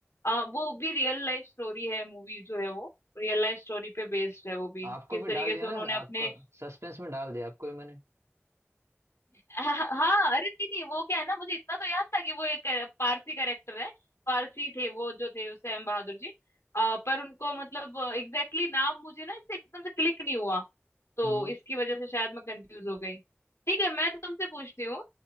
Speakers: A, on the left; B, on the right.
A: आ, वो भी रियल लाइफ स्टोरी है मूवी जो है वो रियल लाइफ स्टोरी पे बेस्ड है वो भी
B: आपको
A: किस
B: भी
A: तरीके
B: डाल दिया
A: से
B: ना
A: उन्होंने अपने
B: आपको सस्पेंस में डाल दिया आपको ही मैंने
A: <laughs> हाँ हाँ, अरे नहीं नहीं वो क्या है ना मुझे इतना तो याद था कि वो एक अ, पारसी कैरेक्टर है पारसी थे वो जो थे सैम बहादुर जी आ, पर उनको मतलब एग्जैक्टली exactly नाम मुझे ना इससे एकदम से क्लिक नहीं हुआ तो
B: हम्म
A: इसकी वजह से शायद मैं कंफ्यूज हो गई ठीक है मैं तुमसे पूछती हूँ